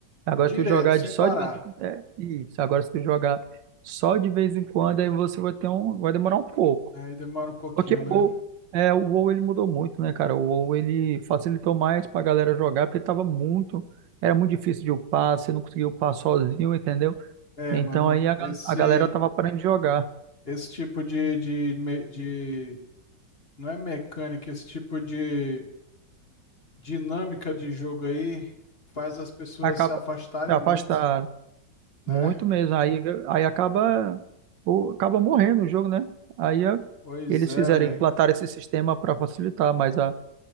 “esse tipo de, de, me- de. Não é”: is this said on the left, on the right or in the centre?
Left